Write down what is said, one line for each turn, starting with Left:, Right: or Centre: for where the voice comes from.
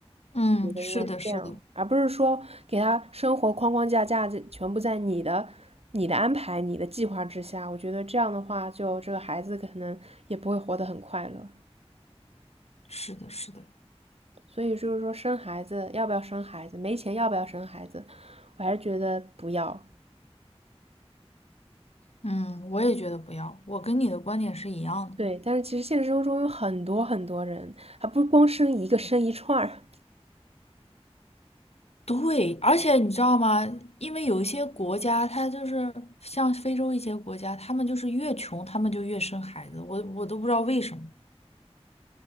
Left: 嗯，
Right: 我觉得应该是这样，
Left: 是的，是的，
Right: 而不是说给他生活框框架架在全部在你的、你的安排、你的计划之下。我觉得这样的话，就这个孩子可能也不会活得很快乐。
Left: 是的，是的，
Right: 所以就是说生孩子要不要生孩子，没钱要不要生孩子，我还是觉得不要。
Left: 嗯，我也觉得不要，我跟你的观点是一样的。
Right: 对，但是其实现实生活中有很多很多人，还不是光生一个，生一串儿。
Left: 对，而且你知道吗？因为有一些国家，它就是像非洲一些国家，他们就是越穷，他们就越生孩子，我我都不知道为什么。